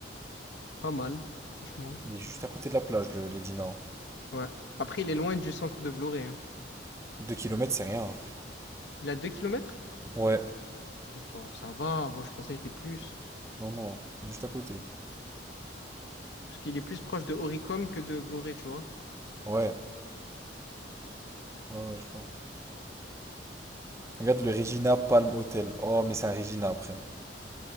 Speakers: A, on the left (about 75°); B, on the right (about 15°).
A: pas mal, franchement.
B: Il est juste à côté de la plage, le l'Edina.
A: Ouais. Après, il est loin du centre de Vloré. hein.
B: Deux kilomètres c'est rien. hein.
A: Il a deux kilomètres
B: Ouais.
A: Ça, ça va. Moi, je pensais qu'il était plus.
B: Non, non, il est juste à côté.
A: Parce qu'il est plus proche de Oricom que de Vloré, tu vois.
B: Ouais, ouais, ouais, je vois. Regarde le Regina Palm Hotel. Oh, mais c'est un Regina après. hein.